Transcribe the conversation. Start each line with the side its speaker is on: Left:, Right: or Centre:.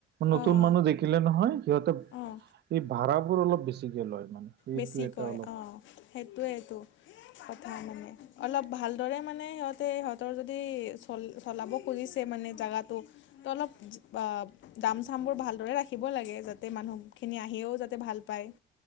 Right: নতুন
Left: অঁ
Right: মানুহ দেখিলে নহয় সিহঁতে
Left: অঁ
Right: এই ভাড়াবোৰ অলপ বেছিকে লয় মানে সেইটো
Left: বেছি
Right: এটা
Left: কয়
Right: অলপ
Left: অ সেইটোৱেইটো কথা মানে অলপ ভালদৰে মানে সিহতে সিহঁতৰ যদি চলি চলাব খুজিছে মানে জেগাটো ত অলপ দাম চাম বোৰ ভালদৰে ৰাখিব লাগে, যাতে মানুহখিনি আহিও যাতে ভাল পায়।